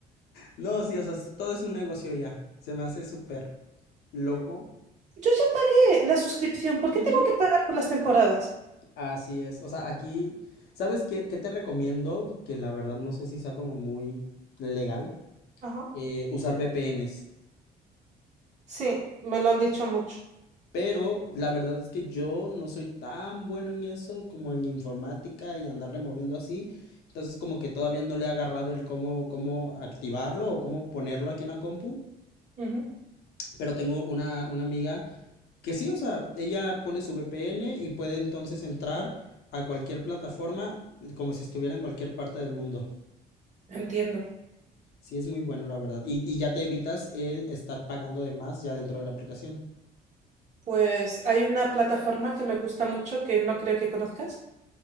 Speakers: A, on the left; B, on the right.
A: no, sí, o sea, es- todo es un negocio ya. Se me hace súper loco.
B: Yo ya pagué la suscripción, ¿por
A: Ujú.
B: qué tengo que pagar por las temporadas?
A: Así es. O sea, aquí, ¿sabes qué, qué te recomiendo? Que la verdad no sé si sea como muy legal.
B: Ajá.
A: eh, usar VPNs.
B: Sí, me lo han dicho mucho.
A: Pero la verdad es que yo no soy tan bueno en eso como en informática y andarle moviendo así. Entonces como que todavía no le he agarrado el cómo, cómo activarlo o cómo ponerlo aquí en la compu.
B: Ujú.
A: Pero tengo una, una amiga que sí, o sea, ella pone su VPN y puede entonces entrar a cualquier plataforma como si estuviera en cualquier parte del mundo.
B: Entiendo.
A: Sí, es muy bueno, la verdad. Y, y ya te evitas el estar pagando de más ya dentro de la aplicación.
B: Pues hay una plataforma que me gusta mucho que no creo que conozcas.